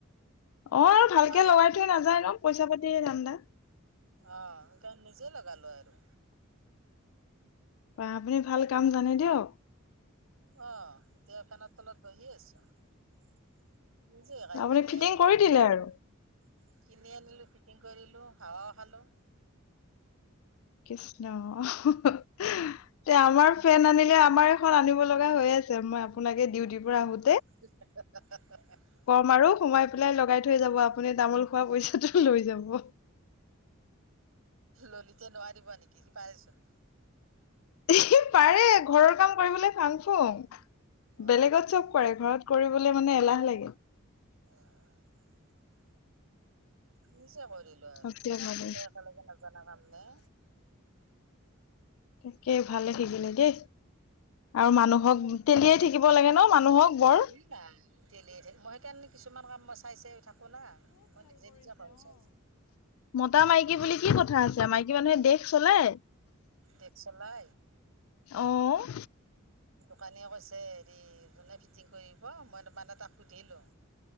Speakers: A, on the left (about 80°); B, on the right (about 80°).
A: অ' আৰু ভালকে
B: মায়ে
A: লগাই নাযায় নহ পইচা পাতিৰে ধান্দা।
B: অ' সেইকাৰণে নিজে লগালো আৰু।
A: বাহ আপুনি ভাল কাম জানে দিয়ক।
B: অ' এতিয়া ফেনৰ তলত বহি আছোঁ। নিজে, <unintelligible>
A: আপুনি
B: কিনি
A: ফিটিং
B: আনিলোঁ
A: কৰি দিলে
B: ফিট কৰিলোঁ।
A: আৰু
B: কিনি আনিলোঁ, ফিটিং কৰিলোঁ, হাৱাও খালোঁ।
A: কৃষ্ণ। তে আমাৰ ফেন আনিলে, আমাৰ এখন আনিব লগা হৈ আছে, মই আপোনাকে ডিউটিৰ পৰা আহো
B: <unintelligible>
A: কম আৰু সোমাই পেলাই লগাই থৈ যাব, আপুনি তামোল খোৱা পইচাটো লৈ যাব।
B: ললিতে নোৱাৰিব নেকি? সি পাৰে চোন।
A: এ সি পাৰে ঘৰৰ কাম কৰিবলৈ ফাং ফুং,
B: অ
A: বেলেগত চব কৰে ঘৰত, কৰিবলে মানে এলাহ লাগে।
B: অ' নিজে কৰিলো আৰু
A: সঁচাই
B: ইমান
A: মানে
B: গোটেই একেলগে নজানা কাম নে।
A: তাকে, ভালে থাকিলে দেই। আৰু মানুহক তেলিয়াই থাকিব লাগে ন, মানুহক বৰ।
B: ই নাই, তেলিয়ে থাক, মই সেইকাৰণে কিছুমান কাম মই চাই চাই, থাকো না, মই নিজে, নিজে কৰো চব।
A: মতা-মাইকী বুলি কি কথা আছে, মাইকী মানুহে দেশ চলাই।
B: দেশ চলাই।
A: অ',
B: দোকানীয়ে কৈছে হেৰি, যোনে ফিটিং কৰিব মই মানে তাক সুধিলো।